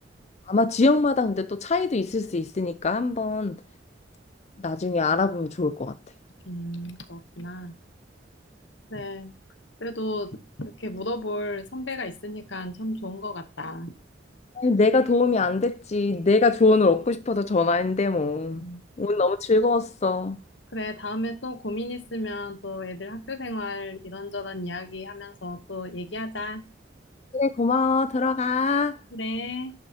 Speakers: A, on the left; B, on the left.
A: 아마 지역마다 근데 또 차이도 있을 수 있으니까 한번 나중에 알아보면 좋을 것 같아.
B: 음, 그렇구나. 네. 그래도 이렇게 물어볼 선배가 있으니까 참 좋은 것 같다.
A: 아니, 내가 도움이 안 됐지. 내가 조언을 얻고 싶어서 전화했는데 뭐.
B: 음,
A: 오늘 너무 즐거웠어.
B: 그래, 다음에 또 고민 있으면 또 애들 학교 생활 이런저런 이야기 하면서 또 얘기하자.
A: 그래, 고마워. 들어가.
B: 그래.